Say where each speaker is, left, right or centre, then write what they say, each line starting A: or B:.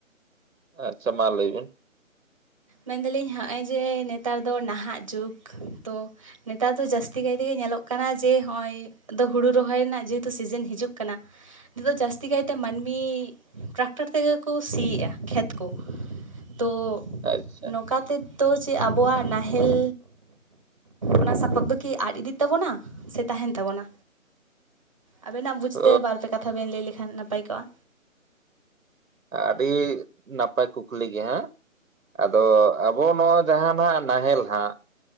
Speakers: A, on the right; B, on the right.
A: ᱟᱪᱪᱷᱟ ᱢᱟ ᱞᱟᱹᱭ ᱵᱤᱱ᱾
B: ᱢᱮᱱᱫᱟᱞᱤᱧ ᱦᱚᱸᱜ-ᱚᱭ ᱡᱮ ᱱᱮᱛᱟᱨ ᱫᱚ ᱱᱟᱦᱟᱜ ᱡᱩᱜᱽ ᱛᱚ ᱱᱮᱛᱟᱨ ᱫᱚ ᱡᱟᱥᱛᱤ ᱠᱟᱭ ᱛᱮᱜᱮ ᱧᱮᱞᱚᱜ ᱠᱟᱱᱟ ᱡᱮ ᱦᱚᱸᱜ-ᱚᱭ ᱫᱚ ᱦᱩᱲᱩ ᱨᱚᱦᱚᱭ ᱨᱮᱱᱟᱜ ᱡᱮᱦᱮᱛᱩ ᱥᱤᱡᱤᱱ ᱦᱤᱡᱩᱜ ᱠᱟᱱᱟ, ᱱᱤᱛᱚᱜ ᱡᱟᱥᱛᱤ ᱠᱟᱭ ᱛᱮ ᱢᱟᱱᱢᱤ ᱴᱨᱟᱠᱴᱟᱨ ᱛᱮᱜᱮ ᱠᱚ ᱥᱤᱭᱮᱫ-ᱟ ᱠᱷᱮᱛ ᱠᱚ, ᱛᱚ
A: ᱟᱪᱪᱷᱟ
B: ᱱᱚᱝᱠᱟ ᱛᱮ ᱛᱚ ᱪᱮᱫ ᱟᱵᱚᱣᱟᱜ ᱱᱟᱦᱮᱞ ᱚᱱᱟ <unintelligible> ᱫᱚ ᱠᱤ ᱟᱫ ᱤᱫᱤᱜ ᱛᱟᱵᱚᱱᱟ ᱥᱮ ᱛᱟᱦᱮᱸᱱ ᱛᱟᱵᱚᱱᱟ? ᱟᱵᱮᱱᱟᱜ ᱵᱩᱡᱽᱛᱮ
A: ᱛᱚ
B: ᱵᱟᱨ ᱯᱮ ᱠᱟᱛᱷᱟ ᱵᱮᱱ ᱞᱟᱹᱭ ᱞᱮᱠᱷᱟᱱ ᱱᱟᱯᱟᱭ ᱠᱚᱜ-ᱟ᱾
A: ᱟᱰᱤ ᱱᱟᱯᱟᱭ ᱠᱩᱠᱞᱤ ᱜᱮ ᱦᱮᱸ᱾ ᱟᱫᱚ ᱟᱵᱚ ᱱᱚᱣᱟ ᱡᱟᱦᱟᱸ ᱱᱟᱜ ᱱᱟᱦᱮᱞ ᱦᱟᱸᱜ,